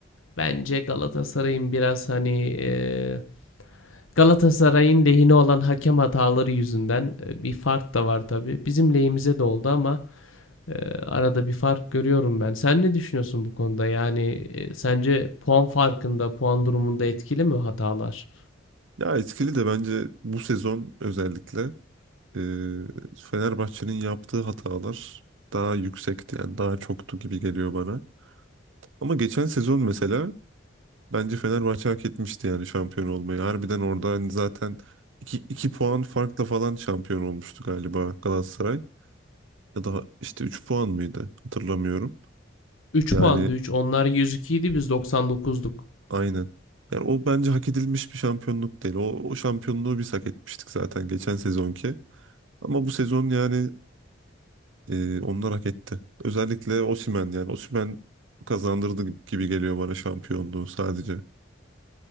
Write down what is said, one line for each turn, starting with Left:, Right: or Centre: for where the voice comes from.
Left: bence Galatasaray'ın biraz hani e, Galatasaray'ın lehine olan hakem hataları yüzünden e, bir fark da var tabii. Bizim lehimize de oldu ama ee, arada bir fark görüyorum ben. Sen ne düşünüyorsun bu konuda? Yani e, sence puan farkında, puan durumunda etkili mi hatalar?
Right: Ya etkili de bence bu sezon özellikle e, Fenerbahçe'nin yaptığı hatalar daha yüksekti yani daha çoktu gibi geliyor bana. Ama geçen sezon mesela bence Fenerbahçe hak etmişti yani şampiyon olmayı. Harbiden orada hani zaten iki iki puan farkla falan şampiyon olmuştu galiba Galatasaray. Ya da işte 3 puan mıydı hatırlamıyorum.
Left: Üç
Right: Yani
Left: puandı 3. Onlar 102 idi biz 99'duk.
Right: aynen. Yani o bence hak edilmiş bir şampiyonluk değil. O, o şampiyonluğu biz hak etmiştik zaten geçen sezonki. Ama bu sezon yani e, onlar hak etti. Özellikle Osimhen yani Osimhen kazandırdı gibi geliyor bana şampiyonluğu sadece.